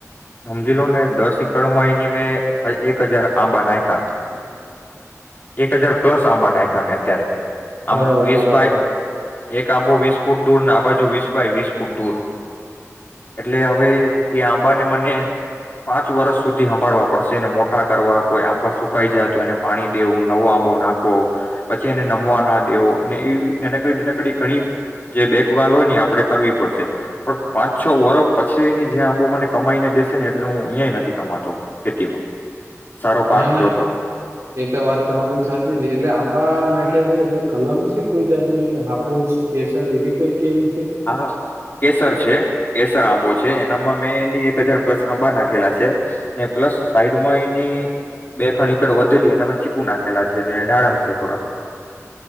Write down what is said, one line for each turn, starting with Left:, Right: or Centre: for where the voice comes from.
Left: હમજી લો ને દસ એકડમાં એની મેં હ એક હજાર
Right: <inaudible>
Left: આંબા નાખ્યા એક હજાર પ્લસ આંબા નાખ્યા મેં અત્યારે.
Right: બરાબર-બરાબર.
Left: આમ વીસ બાય એક આંબો વીસ ફૂટ દૂર અને આ બાજુ વીસ બાય વીસ ફૂટ દૂર. એટલે હવે એ આંબાને મને પાંચ વર્ષ સુધી હભાળવા પડશે, એને મોટા કરવા, કોઈ આંબા સુકાઈ જાય તો એને પાણી દેવું, નવો આંબો નાખવો, પછી એને નમવા ના દેવો, અને એ એવી રીતે એને કોઈ નનકડી ઘણી જે દેખભાલ હોય ને આપણેે કરવી પડશે. પણ પાંચ છ વરહ પછી એની જે આંબો મને કમાઈને દેસે ને એટલે હું અહીયાં ઈ નથી કમાતો ખેતીમાં. સારો પાક
Right: ના, ના
Left: થયો હતો
Right: એ તો વાત તમારી સાચી છે. એટલે આંબા નાખી <unintelligible> એટલે કલમ છે કોઈ જાતની હાફુસ કેસર એવી કઈ કેરી છે
Left: હા, હા કેસર છે. કેસ સર આંબો છે, એનામાં મેં એની એક હજાર પ્લસ આંબા નાખેલા છે, ને પ્લસ સાઈડમાં એની બે ખણ ઈકર વધેલી એનામાં ચીકુ નાખેલા છે, ને ડાળમ છે થોડાક.